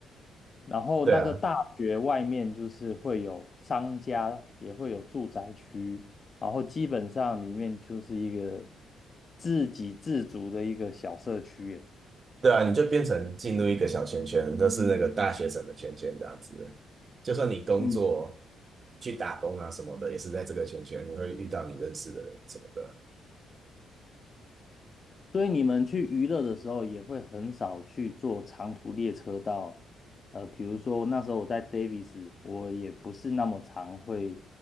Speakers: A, on the left; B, on the right.
A: 然后那个大学外面就是会有商家，
B: 对啊，
A: 也会有住宅区，然后基本上里面就是一个自给自足的一个小社区耶。
B: 对啊，你就变成进入一个小圈圈，都是那个大学生的圈圈这样子。就算你工作
A: 嗯。
B: 去打工啊什么的，也是在这个圈圈，你会遇到你认识的人什么的。
A: 所以你们去娱乐的时候，也会很少去坐长途列车到，呃，比如说那时候我在 Davis，我也不是那么常会